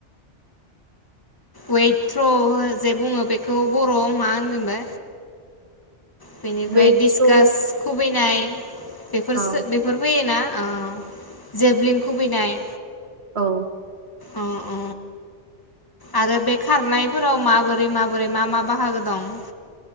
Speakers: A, on the left (about 20°); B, on the right (about 60°).
A: वेट थ्र' जे बुङो बेखौ बर'आव मा होनगोनबा? बेनिफ्राय
B: वेट
A: डिसकास
B: थ्रु
A: खुबैनाय बेफोरसो
B: औ
A: बेफोर फैयोना? आव जेभलिन खुबैनाय
B: औ।
A: अ अ आरो बे खारनायफोराव माबोरै माबोरै मा मा बाहागो दं?